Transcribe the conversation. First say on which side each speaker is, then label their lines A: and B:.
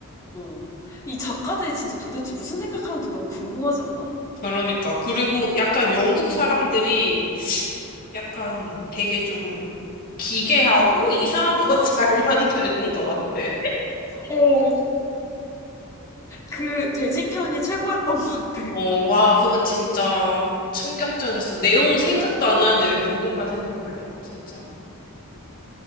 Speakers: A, on the left; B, on the left.
A: 어. 이 작가들이 진짜 도대체 무슨 생각하는지 너무 궁금하지 않아?
B: 그러니까. 그리고 약간 영국 사람들이 약간 되게 좀 기괴하고 이상한 거 잘 <laughs> 만드는 것 같아.
A: 어, 그 돼지 편이 최고였던 것 같아.
B: 어, 와, 그건 진짜 충격적이었어. 내용 생각도 안 나는데 왜 그것만 생각나냐? 진짜.